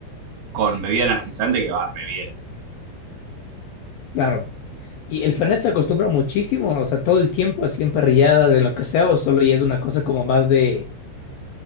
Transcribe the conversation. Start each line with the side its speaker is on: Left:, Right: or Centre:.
Right: con bebida energizante que va re bien.
Left: Claro. Y el Fernet se acostumbra muchísimo, o sea, todo el tiempo, así en parrilladas, en lo que sea, o solo ya es una cosa como más de.